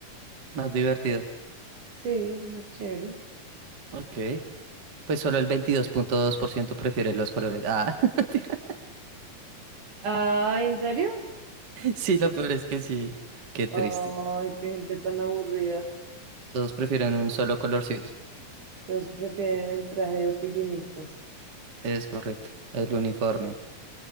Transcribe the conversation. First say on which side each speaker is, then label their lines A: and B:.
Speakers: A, on the right; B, on the right.
A: más divertido.
B: Sí, más chévere.
A: Ok, pues solo el veintidós punto dos por ciento prefiere los colores. Ah, <laughs> mentira.
B: Ay, ¿en serio?
A: Sí, lo peor es que sí. Qué triste.
B: Ay, qué gente tan aburrida.
A: Todos prefieren un solo colorcito.
B: Los prefieren el traje de oficinistas.
A: Es correcto, el uniforme.